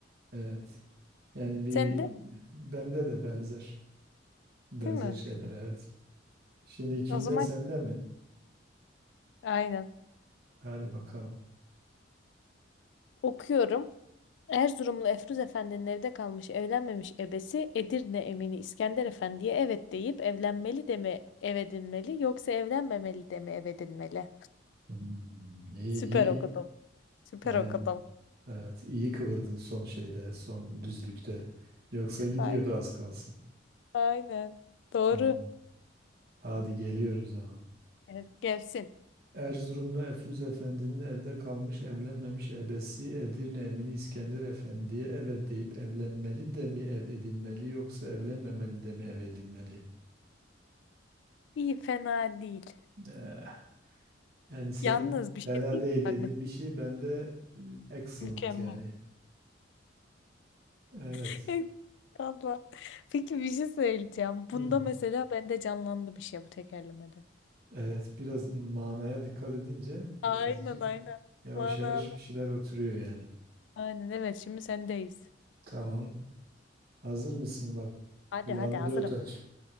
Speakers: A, on the right; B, on the left.
A: evet. Yani bir
B: Sen de
A: bende de benzer benzer
B: değil mi?
A: şeyler evet. Şimdi kimde
B: O zaman
A: sende mi?
B: aynen.
A: Hadi bakalım.
B: Okuyorum. Erzurumlu Efruz Efendi'nin evde kalmış evlenmemiş ebesi Edirne emini İskender Efendi'ye evet deyip evlenmeli de mi ev edinmeli yoksa evlenmemeli de mi ev edinmeli?
A: Hmm, iyi
B: Süper
A: iyi.
B: okudum. Süper
A: Yani
B: okudum.
A: evet iyi kıvırdın son şeyde, son düzlükte. Yoksa gidiyordu
B: Ay-
A: az kalsın.
B: Aynen. Doğru.
A: Tamam. Hadi geliyoruz zaman.
B: Evet, gelsin.
A: Erzurumlu Efruz Efendi'nin evde kalmış evlenmemiş ebesi Edirne Emini İskender Efendi'ye evet deyip evlenmeli de mi ev edinmeli yoksa evlenmemeli de mi ev edinmeli?
B: İyi fena değil.
A: Eh, yani sen
B: Yalnız bir şey
A: fena
B: değil.
A: değil
B: mi?
A: dediğin
B: Bak mü-
A: bir şey bende e, excellent
B: mükemmel.
A: yani. Evet.
B: <laughs> Abla. Peki bir şey söyleyeceğim. Bunda
A: Hmm.
B: mesela bende canlandı bir şey bu tekerlemede.
A: Evet biraz manaya dikkat edince
B: Aynen
A: birazcık
B: aynen.
A: yavaş
B: Manalı.
A: yavaş bir şeyler oturuyor yani.
B: Aynen evet şimdi sendeyiz.
A: Tamam. Hazır mısın? Bak
B: Hadi
A: kulağını
B: hadi hazırım.
A: dört aç.